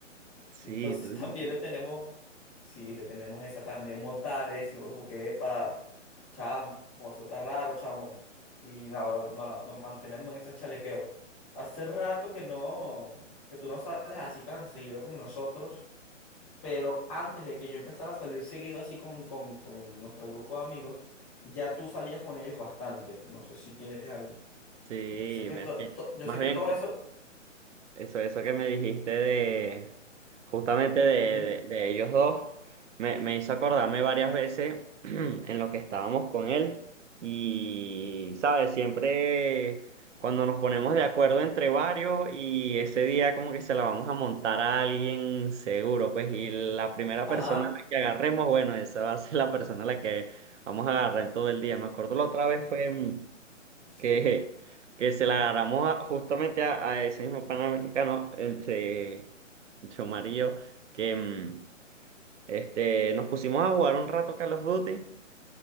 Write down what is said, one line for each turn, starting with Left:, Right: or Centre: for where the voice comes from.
Right: Sí,
Centre: Entonces
Right: tú
Centre: <laughs> también
Right: dices.
Centre: le tenemos, sí, le tenemos esa también montada, le decimos como que, epa, chamo, eso está raro, chamo. Y no, no, no la- nos mantenemos en ese chalequeo. Hace rato que no, que tú no sales así tan seguido con nosotros, pero antes de que yo empezara a salir seguido así con, con, con nuestro grupo de amigos, ya tú salías con ellos bastante. No sé si tienes algo.
Right: Sí,
Centre: Yo sé que
Right: me-
Centre: esto,
Right: es que
Centre: to- yo
Right: más
Centre: sé
Right: bien
Centre: que todo eso.
Right: Eso, eso que me dijiste de justamente de,
Centre: ujú.
Right: de- de ellos dos, me, me hizo acordarme varias veces <clears throat> en lo que estábamos con él. Y, ¿sabes? Siempre cuando nos ponemos de acuerdo entre varios y ese día como que se la vamos a montar a alguien seguro, pues, y la primera
Centre: Ajá,
Right: persona a la que agarremos, bueno, esa va a ser la persona a la que vamos a agarrar en todo el día. Me acuerdo la otra vez fue... mm,
Centre: sí.
Right: que, que se la agarramos a- justamente a, a ese mismo pana mexicano entre, chomarillo que mm, este, nos pusimos a jugar un rato Call of Duty